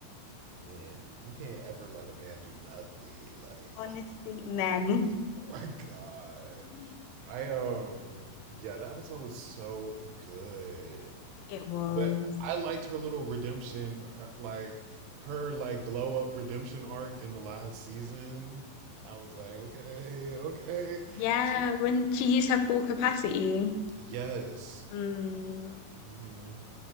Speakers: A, on the right; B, on the left.
A: Men, you can't ever let a man do nothing. Like,
B: Honestly,
A: oh
B: men.
A: my god, <laughs> oh my god.
B: <laughs>
A: I um, yeah, that episode was so good.
B: It was.
A: But I liked her little redemption, uh, like her like glow up redemption arc in the last season. I was like, okay, okay.
B: Yeah,
A: She,
B: when she used her full capacity.
A: yes.
B: Mm,
A: hmm